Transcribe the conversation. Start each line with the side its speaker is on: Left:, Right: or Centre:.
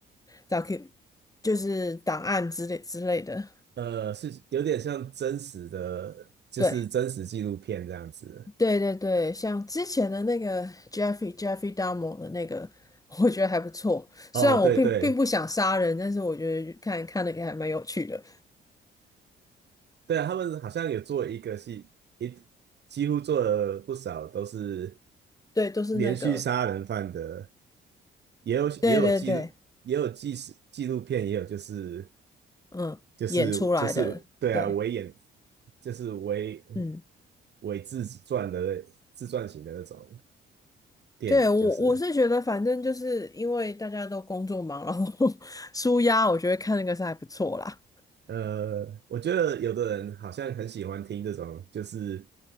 Left: d o 就是档案之类之类的。
Right: 呃，是有点像真实的，就是真实纪录片这样子。
Left: 对，对对对，像之前的那个 Jeffrey Jeffrey Dahmer 的那个，<laughs> 我觉得还不错。
Right: 哦，
Left: 虽然我并并不想杀人，
Right: 对对。
Left: 但是我觉得看看的也还蛮有趣的。
Right: 对啊，他们好像有做一个戏，一几乎做了不少都是
Left: 对，都是那个，
Right: 连续杀人犯的，也有也有记录，
Left: 对对对，
Right: 也有纪实纪录片，也有就是
Left: 嗯，
Right: 就是就是对啊，
Left: 演出来的，对，
Right: 伪演就是伪
Left: 嗯，
Right: 伪自传的自传型的那种电影，
Left: 对我我是觉得，
Right: 就是了
Left: 反正就是因为大家都工作忙，然后 <laughs> 舒压，我觉得看那个是还不错啦。
Right: 呃，我觉得有的人好像很喜欢听这种，就是